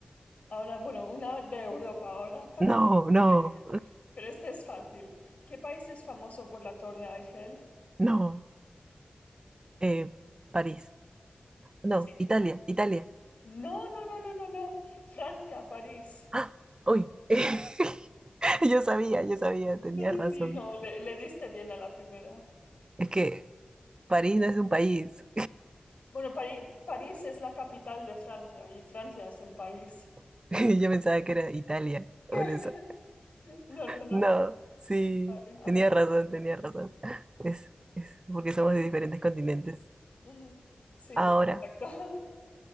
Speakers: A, on the left; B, on the right.
A: ahora, bueno, una de Europa, ahora para
B: No,
A: ti.
B: no.
A: <laughs> Pero este es fácil. ¿Qué país es famoso por la Torre Eiffel?
B: No, eh, París. No,
A: Sí.
B: Italia, Italia.
A: No, no, no, no, no, no. Francia, París.
B: ¡Ah! ¡Uy! <laughs> Yo sabía, yo sabía, tenía
A: Sí,
B: razón.
A: sí, no, le, le diste bien a la primera.
B: Es que París no es un país.
A: Bueno, Pari- París es la capital de Francia y Francia es el país.
B: <laughs> Yo pensaba que era Italia, por
A: <laughs>
B: eso.
A: No, no, no.
B: No, sí,
A: Vale, a
B: tenía
A: ver.
B: razón, tenía razón. Es, es porque somos de diferentes continentes.
A: Ujú. Sí,
B: Ahora,
A: exacto.